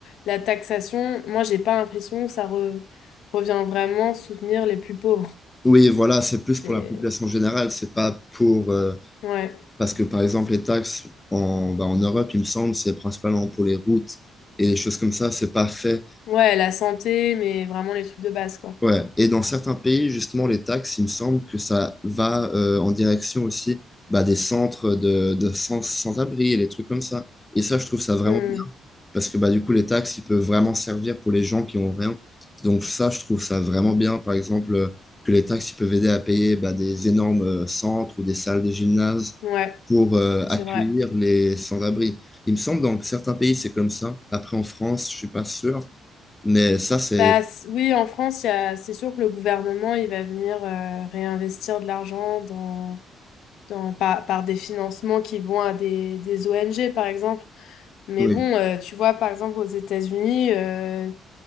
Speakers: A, on the left (about 80°); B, on the left (about 15°).
A: la taxation, moi, j'ai pas l'impression que ça re- revient vraiment soutenir les plus pauvres.
B: oui, voilà, c'est plus
A: C'est...
B: pour la population générale, c'est pas pour euh,
A: Ouais.
B: Parce que par exemple, les taxes en, bah, en Europe, il me semble, c'est principalement pour les routes et les choses comme ça, c'est pas fait.
A: Ouais, la santé, mais vraiment les trucs de base, quoi.
B: Ouais. Et dans certains pays, justement, les taxes, il me semble que ça va euh, en direction aussi bah, des centres de, de sans, sans-abri et les trucs comme ça. Et ça, je trouve ça vraiment
A: Hmm.
B: parce que bah, du coup, les taxes, ils peuvent vraiment servir pour les gens qui ont rien. Donc ça, je trouve ça vraiment bien, par exemple, euh, que les taxes, ils peuvent aider à payer bah, des énormes euh, centres ou des salles de gymnase
A: Ouais,
B: pour euh,
A: c'est
B: accueillir
A: vrai.
B: les sans-abri. Il me semble dans certains pays, c'est comme ça. Après, en France, je suis pas sûr, mais ça, c'est...
A: Bah, c- oui, en France, il y a... c'est sûr que le gouvernement, il va venir euh, réinvestir de l'argent dans... dans- par, par des financements qui vont à des, des ONG, par exemple. Mais
B: Oui,
A: bon, euh, tu vois, par exemple, aux États-Unis, euh,